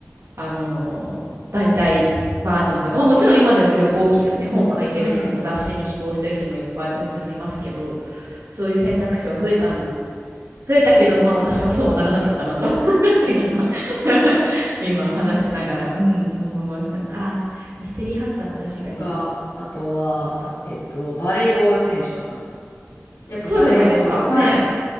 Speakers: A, on the right; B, on the left.
A: あのー代替バージョンとか、まあ、もちろん今でも旅行記だね、本書いてる人も雑誌に寄稿してる人もいっぱいもちろんいますけど、
B: うんうん。うん。
A: そういう選択肢は増えたん、増えたけど、まあ私はそうはならなかったなと <laughs> 今 <laughs> 今話しながら、うん、思いました。あ、ミステリーハンターは確かに
B: とか、あとは、
A: あった。
B: えっと、バレーボール選手とか。やっぱバレーボール、
A: そうじゃないですか。
B: はい。
A: ねえ、